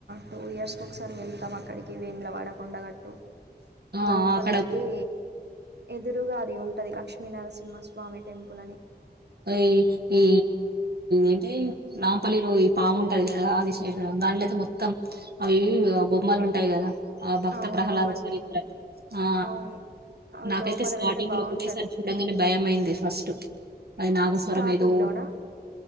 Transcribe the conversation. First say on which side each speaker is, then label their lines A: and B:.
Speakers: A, on the right (about 85°); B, on the right (about 70°).
A: టూ ఇయర్స్ ఒకసారి వెళ్తాం అక్కడికి క వీముల వాడకొండగట్టు
B: ఆ
A: నాపల్లికి
B: అక్కడ
A: ఎదురుగాలి ఉంటది కక్ష్ లక్ష్మీ నరసింహస్వామి టెంపుల్ అని
B: ఆయి ఈ ఏంటి నాంపల్లిలో ఈ పాము ఉంటది కదా అది శేషుడు దానిలోయితే మొత్తం అవి బొమ్మలు ఉంటాయి కదా ఆ భక్త
A: అవును
B: ప్రహ్లాద
A: అవన్నీ
B: చరిత్ర ఆ
A: అవును అవి
B: నాకైతే
A: లోపల
B: స్టార్టింగ్
A: వెళ్తే బాగుంటది
B: లో ఒకటిసారి చూడంగానే భయం అయింది ఫస్ట్ అది నాగస్వరం
A: స్టార్టింగ్
B: ఏదో
A: లోనా